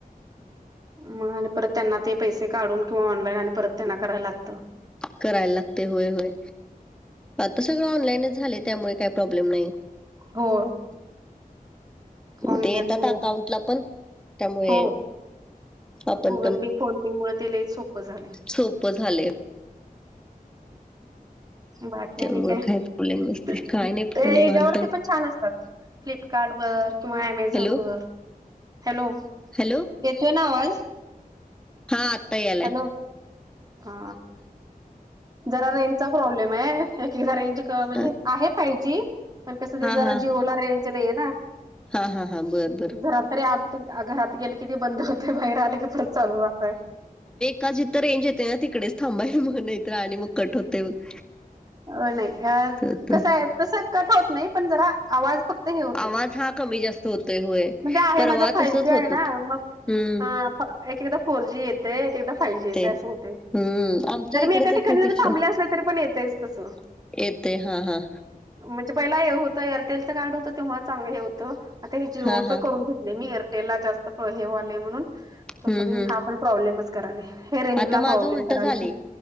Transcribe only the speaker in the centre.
करायला लागते. होय, होय, आता सगळं ऑनलाईनच झाले त्यामुळे काय प्रॉब्लेम नाही.
ते येतात
अकाउंटला पण त्यामुळे
आपण
सोप झाले.
त्यामुळे
काही प्रॉब्लेम नसते
काय नाही पण निवांत
हॅलो
हॅलो,
हा आत्ता यायलय.
हा
हा
हा हा हा बर बर
का जिथं रेंज येते ना, तिकडेच थांबा म्हणत आणि मग कट होतय वैगरे,
होतं.
आवाज हा कमी जास्त होतोय होय
परवा
तसच
होत
होत.
हम्म
हम्म
आमच्या
इकडे
तर
खूप
इशू
आहे येते हा हा
हा हा
हम्म
हम्म
आता
माझं
उलट
झालंय.